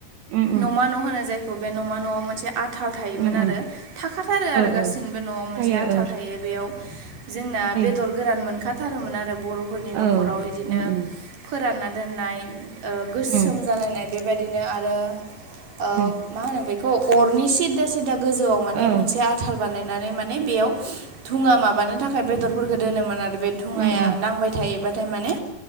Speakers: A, on the right; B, on the right.
A: उम उम
B: नमा न' होनो जायखौ बे न'मा न'आव मोनसे आ थाल थायोमोन
A: उम उम
B: आरो थाखाथारो आरो
A: औ
B: गासैनिबो
A: औ
B: न'आव मोनसे
A: थायो
B: आथाल
A: औ
B: थायो बेयाव जोंना
A: थायो
B: बेदर गोरान मोनखाथारोमोन आरो बर'फोरनि न'खराव
A: औ
B: इदिनो
A: उम उम
B: फोरानना दोननाय गोसोम
A: उम
B: जालायनाय बेबायदिनो आरो ओ
A: उम
B: मा होनो बेखौ अरनि सिदा सिदा गोजौआव माने
A: औ उम
B: मोनसे आ आथाल बानायनानै माने बेयाव धुङा माबानो थाखाय बेदरफोरखौ दोनोमोन आरो बे धुङाया
A: उम उम
B: नांबाय थायोबाथाय माने